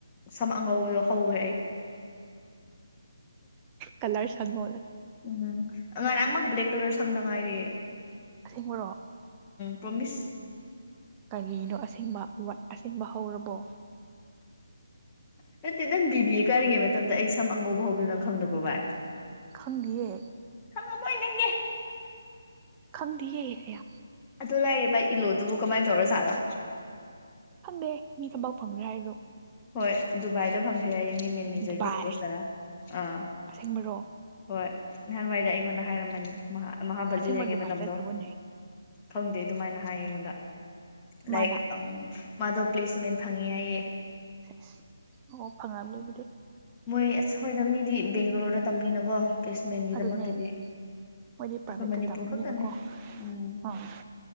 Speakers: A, on the left (about 15°); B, on the right (about 20°).
A: ꯁꯝ ꯑꯉꯧꯕꯗꯣ ꯍꯧꯈ꯭ꯔꯦ ꯑꯩ
B: ꯀꯥꯂꯔ ꯁꯪꯉꯣ
A: ꯎꯝ ꯉꯔꯥꯡꯃꯛ ꯕ꯭ꯂꯦꯛ ꯀꯂꯔ ꯁꯪꯗ ꯉꯥꯏꯔꯤ ꯑꯩ
B: ꯑꯁꯦꯡꯕꯔꯣ
A: ꯄ꯭ꯔꯣꯃꯤꯁ
B: ꯀꯔꯤꯅꯣ ꯑꯁꯦꯡꯕ ꯋꯔꯗ ꯑꯁꯦꯡꯕ ꯍꯧꯔꯕꯣ
A: ꯅꯠꯇꯦ ꯅꯪ ꯕꯤꯕꯤꯌꯦ ꯀꯥꯔꯤꯉꯩ ꯃꯇꯝꯗ ꯑꯩ ꯁꯝ ꯑꯉꯧꯕ ꯍꯧꯕꯗꯨ ꯅꯪ ꯈꯪꯗꯕ꯭ꯔꯣ ꯚꯥꯏ
B: ꯈꯪꯗꯤꯌꯦ
A: ꯈꯪꯉꯝꯃꯣꯏ ꯅꯪꯗꯤ
B: ꯈꯪꯗꯤꯌꯦ ꯑꯌꯥ
A: ꯑꯗꯨ ꯂꯥꯏꯔꯤ ꯚꯥꯏ ꯏꯜꯂꯣꯗꯨꯕꯨ ꯀꯃꯥꯏ ꯇꯧꯔ ꯖꯥꯠꯂ
B: ꯈꯪꯗꯦ ꯃꯤ ꯊꯕꯛ ꯐꯪꯒꯔꯦ ꯍꯥꯏꯔꯣ
A: ꯍꯣꯏ ꯗꯨꯕꯥꯏꯗ ꯐꯪꯒꯔꯦ ꯍꯥꯌꯦ ꯃꯦꯅꯦꯖꯔꯒꯤ
B: ꯗꯨꯕꯥꯏ
A: ꯄꯣꯁ ꯇꯔ ꯑꯥ
B: ꯑꯁꯦꯡꯕꯔꯣ
A: ꯍꯣꯏ ꯅꯍꯥꯟꯋꯥꯏꯗ ꯑꯩꯉꯣꯟꯗ ꯍꯥꯏꯔꯝꯕꯅꯤ ꯃꯥꯍꯥꯕꯂꯤ
B: ꯑꯁꯦꯡꯕ
A: ꯂꯩꯔꯤꯉꯩ
B: ꯗꯨꯕꯥꯏ
A: ꯃꯇꯝꯗꯣ
B: ꯆꯠꯈ꯭ꯔꯕꯅꯦ
A: ꯈꯪꯗꯦ ꯑꯗꯨꯃꯥꯏꯅ ꯍꯥꯏ ꯑꯩꯉꯣꯟꯗ ꯂꯥꯏꯔꯤꯛ
B: ꯃꯥꯅ
A: ꯑꯝ ꯃꯥꯗꯣ ꯄ꯭ꯂꯦꯁꯃꯦꯟ ꯐꯪꯉꯦ ꯍꯥꯏꯌꯦ
B: ꯁꯦꯁ ꯑꯣ ꯐꯪꯉꯝꯅꯤ ꯑꯗꯨꯗꯤ
A: ꯃꯣꯏ ꯑꯁ ꯍꯣꯏꯗ ꯃꯤꯗꯤ ꯕꯦꯡꯒꯂꯣꯔꯗ ꯇꯝꯅꯤꯅꯀꯣ ꯄ꯭ꯂꯦꯁꯃꯦꯟꯒꯤꯗꯃꯛꯇꯗꯤ
B: ꯑꯗꯨꯅꯦ ꯃꯣꯏꯗꯤ ꯄ꯭ꯔꯥꯏꯚꯦꯠꯇ
A: ꯑꯩꯈꯣꯏ ꯃꯅꯤꯄꯨꯔ
B: ꯇꯝꯕꯅꯤꯅꯀꯣ
A: ꯈꯛꯇꯅꯦ ꯎꯝ
B: ꯑꯥ